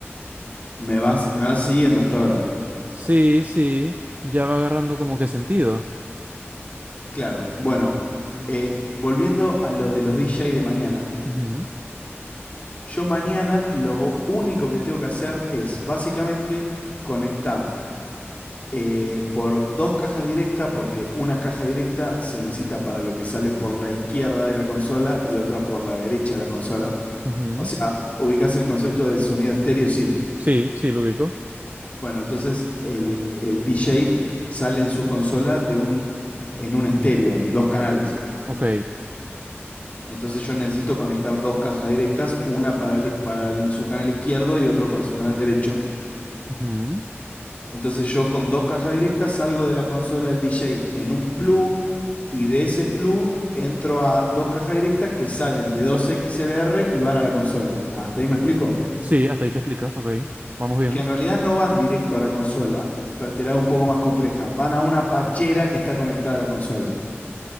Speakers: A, on the left; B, on the right.
A: Me vas, me vas siguiendo hasta ahora.
B: Sí, sí, ya va agarrando como que sentido.
A: Claro. Bueno, eh, volviendo a los de los DJ de mañana,
B: Ujú,
A: yo mañana lo único que tengo que hacer es básicamente conectar eh, por dos cajas directas, porque una caja directa se necesita para lo que sale por la izquierda de la consola y otra por la derecha de la consola.
B: ujú.
A: O sea, ubicás el concepto de sonido estéreo, sí.
B: Sí, sí, lo ubico.
A: Bueno, entonces el, el DJ sale en su consola de un, en un estéreo, en dos canales.
B: Ok.
A: Entonces yo necesito conectar dos cajas directas, una para, el- para el- su canal izquierdo y otra para su canal derecho.
B: ujú.
A: Entonces yo con dos cajas directas salgo de la consola del DJ en un plug y de ese plug entro a dos cajas directas que salen de dos XLR y van a la consola. ¿Hasta ahí me explico?
B: Sí, hasta ahí te explicas, ok. Vamos bien.
A: que en realidad no van directo a la consola, pa- te la hago un poco más compleja, van a una pachera que está conectada a la consola.